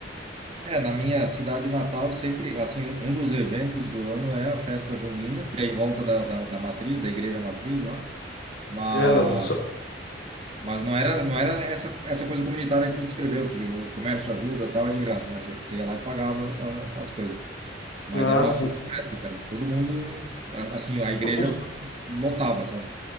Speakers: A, on the right (about 35°); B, on the left (about 65°).
A: É, na minha cidade natal, sempre, assim, um, um dos eventos do ano é a festa junina, que é em volta da, da, da matriz, da igreja matriz lá. Mas
B: É, não, do-
A: Mas não era, não era essa, essa coisa comunitária que tu descreveu, que o comércio ajuda, tal, é de graça, né? Você você ia lá e pagava a- as coisas. Mas
B: ah,
A: era uma
B: sim.
A: puta festa, cara. Todo mundo, a- assim, a igreja
B: O, o-
A: lotava, sabe?